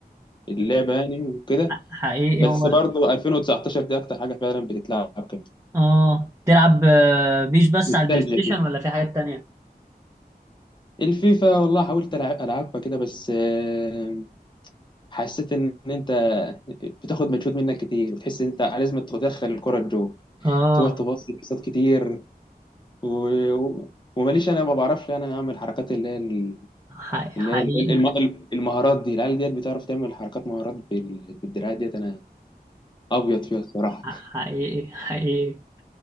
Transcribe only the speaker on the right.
حقيقي
هو
ال-
اه تلعب آه، بيس بس
على البلاي ستيشن
ولا في حاجات تانية
اه
ح-
حقيقي
ح- حقيقي حقيقي